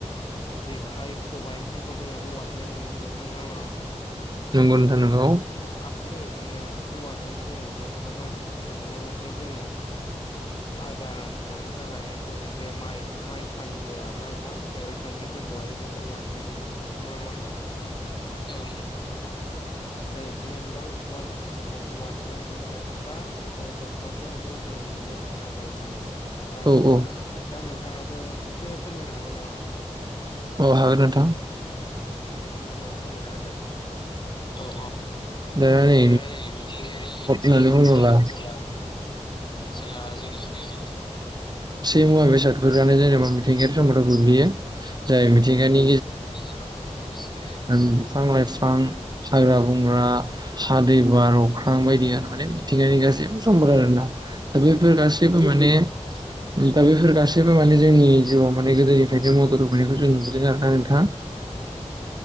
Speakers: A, on the left (about 40°); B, on the right (about 35°).
A: जेखाइ खबायफोरखौ जोङो औवानिनो नुनो मोनो नंगौ नङा नोंथां?
B: नंगौ नथा नोंगौ।
A: जोङो बिदिनो औवाजोंनो जोङो बिदिनो गोबां माल बुस्थुफोरखौ नुनो मोनोन जे जोंनि आदार जानो थाखायहाय जोङो जे माइ माइसालिनि आरोना नोंथां संग्राइ सान्द्रिफोरखौहाय जोङो औवानिनो नुनो मोनो नंगौना नंआ नोंथां? औ नंगौ। जोङो बिदिनो गोबां माल बुस्थुफोरखौ औवानिबो नुनो मोनो बा बिदिनो दंफांफोरनिखौबो जोङो नु ननोाव मोनो आरोना नों थां।
B: औ औ
A: दा नोंथाङाबो खनसे फोरमायनो हागोन नामा नोंथां?
B: अ' हागोन नोंथां
A: नोंथाङा फोरमायना होदो औ औ
B: दा नै
A: दै मिथिंगायारि सम्पद
B: होननानै बुङोब्ला
A: होन्नानै बुंओबा जोंहा जोंनि सोरगिदिं था
B: गासै मुवा बेसादफोरानो जेनेबा मिथिंगायारि सम्पदाव गोग्लैयो जाय मिथिंगानि
A: <unintelligible> आव थानाय माखासे
B: ज बिफां-लाइफां, हाग्रा-बंग्रा हा, दै, बार, अख्रां बायदि आरो माने मिथिंगानि गासैबो समफोर आरोना दा बेफोर गासैबो।
A: <unintelligible> <unintelligible> औ औ
B: माने दा बैफोर गासैबो माने जोंनि जिउआव माने गोदोनिफ्रायनो मदद होबोनायखौ जों नुबोदों आरोना नोंथां